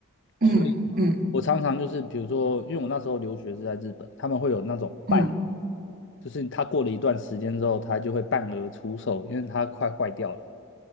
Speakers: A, on the right; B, on the left.
A: 嗯嗯
B: 所以我常常就是比如说，因为我那时候留学是在日本，他们会有那种半额
A: 嗯
B: 就是它过了一段时间之后，它就会半额出售，因为它快坏掉了。